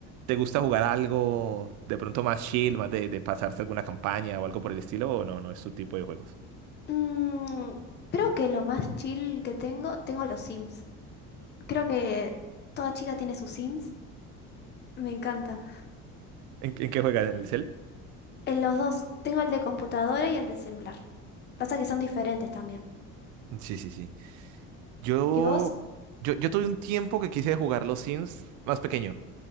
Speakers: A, on the right (about 70°); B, on the left (about 35°).
A: ¿te gusta jugar algo de pronto más chill, más de, de pasarse alguna campaña o algo por el estilo? ¿O no? No es tu tipo de juegos.
B: Mm, creo que lo más chill que tengo, tengo los Sims. Creo que toda chica tiene sus Sims. Me encanta.
A: ¿En, en qué juegas? ¿En el cel?
B: En los dos, tengo el de computadora y el de celular. Pasa que son diferentes también.
A: Sí, sí, sí. Yo,
B: ¿Y vos?
A: yo, yo tuve un tiempo que quise jugar los Sims más pequeño.